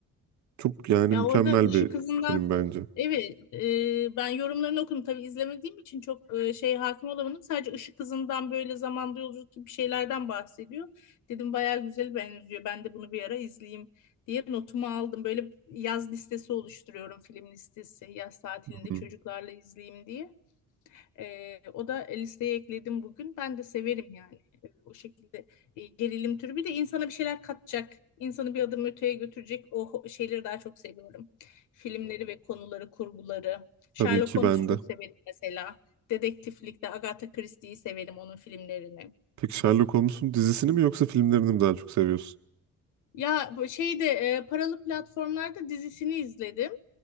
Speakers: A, on the right; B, on the left.
A: Çok yani
B: Ya
A: mükemmel
B: orada Işık
A: bir
B: Hızı'ndan
A: film bence.
B: evet e, ben yorumlarını okudum tabii izlemediğim için çok e, şey hakim olamadım. Sadece Işık Hızı'ndan böyle zamanda yolculuk gibi şeylerden bahsediyor. Dedim bayağı güzel benziyor. Ben de bunu bir ara izleyeyim diye notumu aldım. Böyle yaz listesi oluşturuyorum film listesi. Yaz tatilinde
A: Hı.
B: çocuklarla izleyeyim diye. Ee, o da listeye ekledim bugün. Ben de severim yani Ee, o şekilde e, gerilim türü. Bir de insana bir şeyler katacak, insanı bir adım öteye götürecek o ho- şeyleri daha çok seviyorum. Filmleri ve konuları, kurguları. Sherlock
A: Tabii ki
B: Holmes'u
A: ben
B: çok
A: de.
B: severim mesela. Dedektiflikte Agatha Christie'yi severim onun filmlerini.
A: Peki Sherlock Holmes'un dizisini mi yoksa filmlerini mi daha çok seviyorsun?
B: Ya bu şeyde e, paralı platformlarda dizisini izledim.